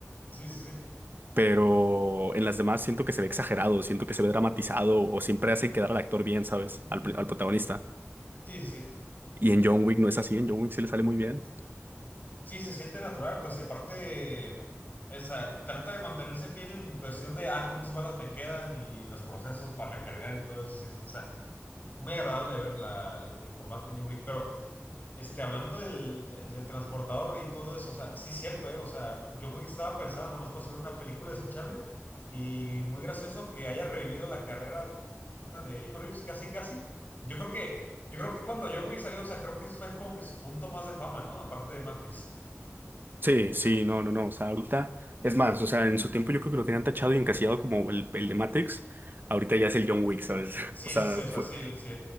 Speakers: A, on the left; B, on the right.
A: Sí, sí, sí.
B: Pero en las demás siento que se ve exagerado, siento que se ve dramatizado o siempre hacen quedar al actor bien, ¿sabes? Al, pr- al protagonista.
A: Sí, sí, sí.
B: Y en John Wick no es así, en John Wick sí le sale muy bien.
A: Sí, se siente natural, pues, y aparte, o sea, trata de mantenerse fiel en cuestión de, ah, cuántas balas me quedan y los procesos para recargar y todo eso, sí. O sea, muy agradable ver la, el combate en New Week, pero... Este, hablando del, del- del transportador y todo eso, o sea, sí es cierto, ¿eh? O sea, John Wick estaba pensada nada más para hacer una película desechable y muy gracioso que haya revivido la carrera de Reeves, casi, casi. Yo creo que, yo creo que cuando John Wick salió, o sea, creo que fue como que su punto más de fama, ¿no? Aparte de Matrix.
B: Sí, sí, no, no, no. O sea, ahorita, es más, o sea, en su tiempo yo creo que lo tenían tachado y encasillado como el, el de Matrix. Ahorita ya es el John Wick, ¿sabes?
A: Sí,
B: <laughs> O sea,
A: sí, sí, o sea,
B: fue,
A: sí, sí.